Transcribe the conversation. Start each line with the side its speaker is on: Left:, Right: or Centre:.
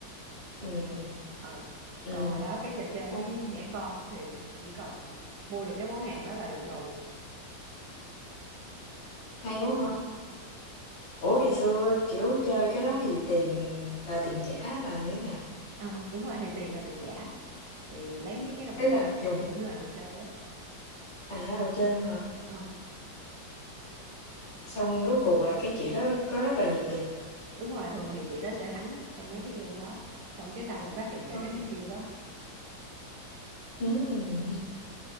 Left: Ừm,
Right: Ờ.
Left: ừm,
Right: còn hồi đó cái trò chơi
Left: đúng rồi.
Right: trẻ
Left: <laughs>
Right: con thì chỉ cần mua được cái món hàng đó là được rồi
Left: hay quá ha!
Right: ừ.
Left: Ủa,
Right: Ừ.
Left: ngày xưa, kiểu, chơi cái đó thì tiền là tiền giả là như thế nào?
Right: Ờ, đúng rồi thì tiền là tiền giả thì lấy mấy cái đồng
Left: Ý
Right: xu
Left: là dùng
Right: cũng là đồ chơi á
Left: à, đồ chơi luôn hả?
Right: Ờ, ờ.
Left: Xong rốt cuộc là cái chị đó có rất là nhiều tiền.
Right: đúng rồi thường thì chị đó sẽ thắng trong mấy cái game đó xong cái sau mình phát hiện ra
Left: Wow!
Right: cái tuyệt chiêu đó
Left: Ừm,